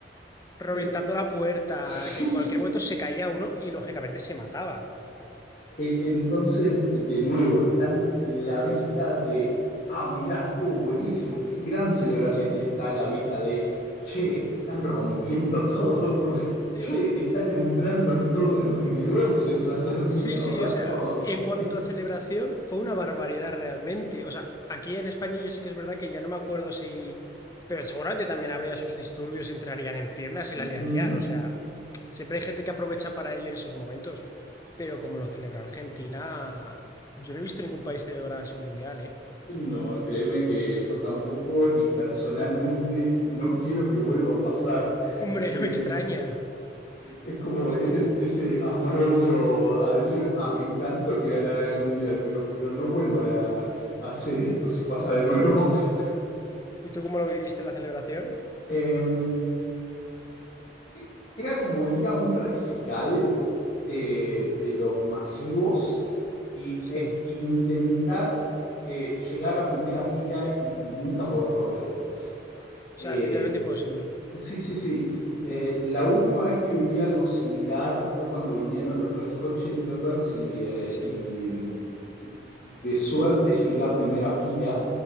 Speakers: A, on the left (about 20°); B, on the left (about 45°).
A: reventando
B: eh,
A: la puerta,
B: <laughs> sí.
A: que en cualquier momento se caía uno y lógicamente se mataba.
B: E- Entonces, eh, de nuevo, están la vista de, ah, mirá, estuvo buenísimo, qué gran celebración, y está la vista de, che, están rompiendo todo, <laughs>
A: Tío,
B: che, están entrando en todos los negocios a hacer mierda
A: Sí, sí, o sea,
B: todo.
A: en cuanto
B: que est-
A: a celebración, fue una barbaridad realmente. O sea, aquí en España yo sí que es verdad que ya no me acuerdo si... Pero seguramente también habría sus disturbios, entrarían en tiendas y
B: Ujú.
A: la liarían. O sea, siempre hay gente que aprovecha para ello en esos momentos. Pero como lo celebra Argentina, yo no he visto ningún país celebrar así un mundial, ¿eh?
B: No, créeme que yo tampoco y personalmente no quiero que vuelva a pasar.
A: Hombre,
B: Eh,
A: no me extraña.
B: Es como
A: O sea,
B: e- ese amor-odio a decir, ah, me encantó que ganaran el Mundial, pero, pero no vuelvan a, a hacer esto si pasa de nuevo. <laughs>
A: ¿y tú cómo lo viviste la celebración?
B: Em, eh, era como ir a un recital eh,
A: Sí,
B: de los masivos y,
A: sí.
B: e- e intentar eh, llegar a primera fila y nunca poder lograrlo. Em,
A: O sea, literalmente imposible.
B: Sí, sí, sí. Eh, la última vez que viví algo similar fue cuando vinieron los Red Hot Chili Peppers y, eh,
A: Sí,
B: y, mm, de suerte llegué a primera fila